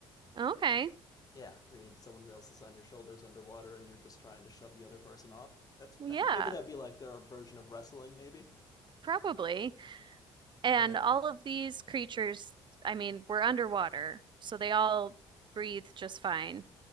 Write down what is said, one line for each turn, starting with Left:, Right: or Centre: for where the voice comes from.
Right: Okay.
Left: Yeah, where someone else is on your shoulders underwater and you're just trying to shove the other person off. That's
Right: well,
Left: I
Right: Yeah,
Left: think maybe that'd be like their version of wrestling, maybe.
Right: probably. And
Left: Yeah.
Right: all of these creatures, I mean, were underwater, so they all breathe just fine.